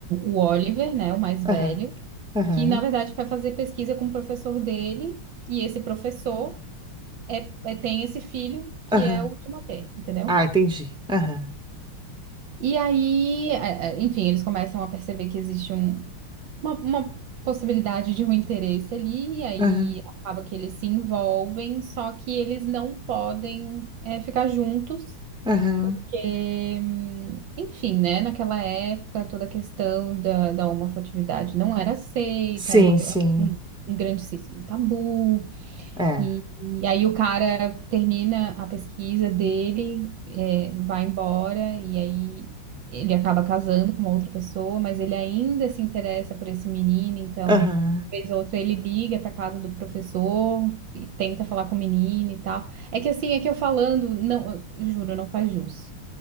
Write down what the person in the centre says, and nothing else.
aham,
aham,
aham.
Ah, entendi. Aham,
aham,
aham.
Sim,
sim.
É, é.
Aham,